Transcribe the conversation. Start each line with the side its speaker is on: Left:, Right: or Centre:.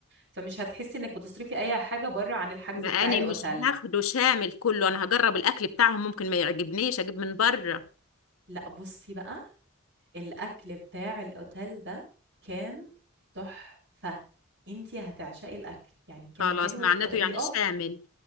Right: فمش هتحسي انك بتصرفي اي حاجه بره عن الحجز
Left: ما
Right: بتاع
Left: أنا
Right: الاوتيل
Left: مش هاخده شامل كله أنا هجرب الأكل بتاعهم ممكن ما يعجبنيش أجيب من بره
Right: لا بصي بقى الأكل بتاع الأوتيل ده كان تحفة انتي هتعشقي الأكل يعني كان
Left: خلاص
Right: حلو
Left: معناته
Right: بطريقة
Left: يعني شامل